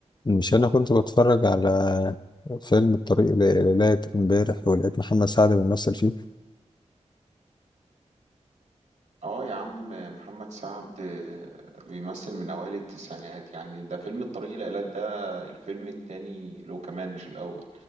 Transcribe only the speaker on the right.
اه يا عم محمد سعد آه، بيمثل من اوائل التسعينات يعني ده فيلم الطريق الى ايلات ده الفيلم التاني له كمان مش الاول